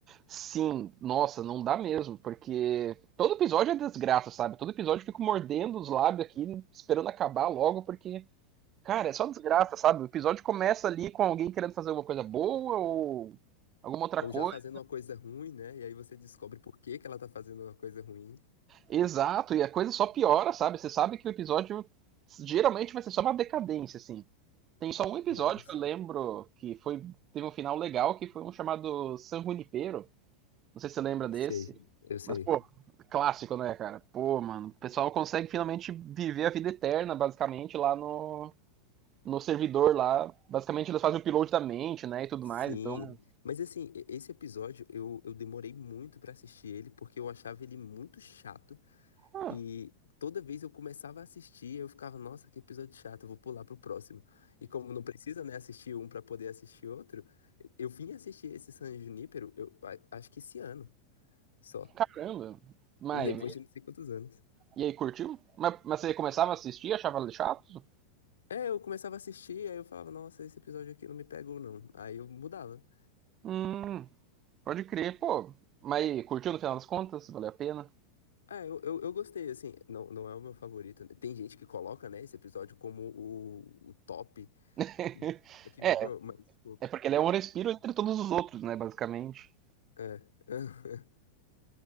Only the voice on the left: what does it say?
Ou
já fazendo uma coisa ruim, né? E aí você descobre por que que ela tá fazendo uma coisa ruim.
Nossa,
sei, eu sei.
Sim,
mas assim, e- esse episódio eu, eu demorei muito pra assistir ele porque eu achava ele muito chato
e toda vez eu começava a assistir, eu ficava, nossa, que episódio chato, eu vou pular pro próximo. E como não precisa, né, assistir um pra poder assistir outro, eu vim assistir esse San Junípero, eu a- acho que esse ano só,
depois de não sei quantos anos.
É, eu começava a assistir, aí eu falava, nossa, esse episódio aqui não me pegou, não. Aí eu mudava.
Ah, eu, eu, eu gostei, assim, não, não é o meu favorito. Tem gente que coloca, né, esse episódio como o, o top
do Black
Mirror, mas, pô,
é. <laughs>